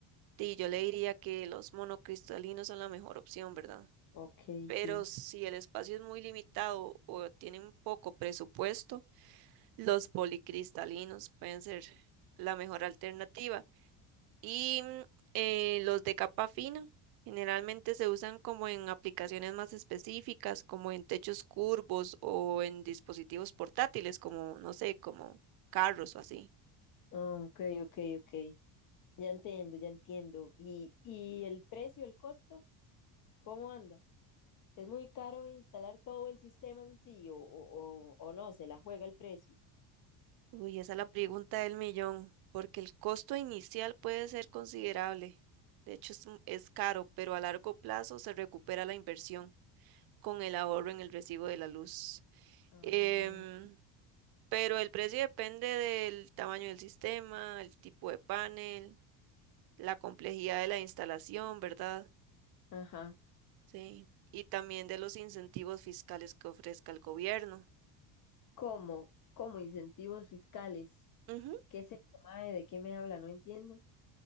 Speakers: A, on the right (about 50°); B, on the left (about 45°).
A: di, yo le diría que los monocristalinos son la mejor opción, ¿verdad?
B: Ok,
A: Pero
B: sí.
A: si el espacio es muy limitado o tienen poco presupuesto, Los policristalinos pueden ser la mejor alternativa. Y mm, eh, los de capa fina generalmente se usan como en aplicaciones más específicas, como en techos curvos o en dispositivos portátiles, como, no sé, como carros o así.
B: Ah, ok, ok, ok. Ya entiendo, ya entiendo. ¿Y, y el precio, el costo, cómo anda? ¿Es muy caro instalar todo el sistema en sí o, o, o- o no? ¿Se la juega el precio?
A: Uy, esa es la pregunta del millón, porque el costo inicial puede ser considerable. De hecho, es, mm, es caro, pero a largo plazo se recupera la inversión con el ahorro en el recibo de la luz.
B: Ah,
A: Em, pero el precio depende del tamaño del sistema, el tipo de panel, la complejidad de la instalación, ¿verdad?
B: ajá.
A: Sí. Y también de los incentivos fiscales que ofrezca el gobierno.
B: ¿Cómo? ¿Cómo incentivos fiscales?
A: Ujú.
B: ¿Qué se llama? ¿De qué me habla? No entiendo.